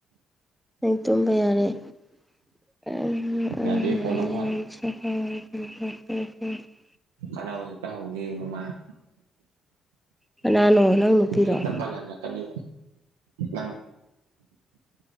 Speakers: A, in the centre; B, on the right (about 80°).
A: ꯑꯩ ꯇꯨꯝꯕ ꯌꯥꯔꯦ <unintelligible> ꯎꯝ
B: ꯌꯥꯗꯦ ꯀꯣꯜ
A: ꯎ
B: ꯑꯃ ꯋꯥꯠ
A: ꯎ ꯎꯝ <unintelligible>
B: ꯈꯠꯅꯕꯥ ꯍ‌ꯦꯛꯇꯥ ꯍꯧꯅ‌ꯦꯌ‌ꯦ ꯃꯥꯃꯥꯅꯥ
A: ꯀꯥꯅꯥꯅꯣ ꯅꯪ ꯅꯨꯄꯤꯔꯣ
B: ꯍꯥꯌ‌ꯦꯡ ꯆꯠꯄꯥ ꯍꯜꯂꯛꯀꯗꯕꯅꯤ ꯅꯪ